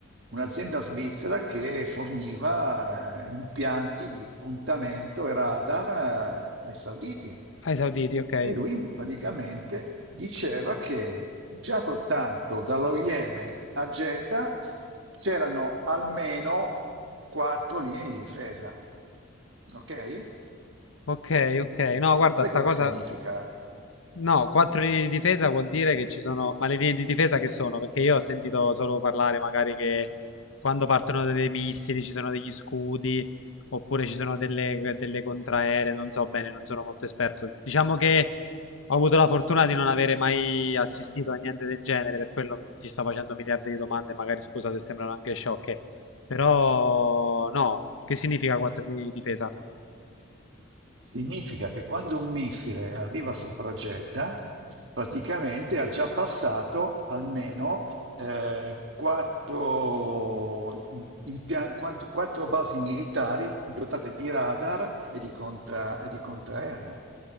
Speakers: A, on the right; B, on the left.
A: un'azienda svizzera che forniva eh, impianti di puntamento e radar eh, ai sauditi.
B: Ai Sauditi, ok.
A: E lui praticamente diceva che già soltanto dallo Yemen a Jeddah c'erano almeno quattro linee di difesa. Ok?
B: Ok, ok. No, guarda,
A: Sai
B: sta
A: cosa
B: cosa...
A: significa?
B: No, quattro linee di difesa vuol dire che ci sono... Ma le linee di difesa che sono? Perché io ho sentito solo parlare magari che quando partono dei missili ci sono degli scudi, oppure ci sono delle, delle contraeree, non so bene, non sono molto esperto. Diciamo che ho avuto la fortuna di non avere mai assistito a niente del genere, per quello ti sto facendo miliardi di domande, magari scusa se sembrano anche sciocche. Però no, che significa quattro linee di difesa?
A: Significa che quando un missile arriva sopra Jeddah, praticamente ha già passato almeno eh, quattro, im- impia- quanto- quattro basi militari dotate di radar e di contra- e di contraerea.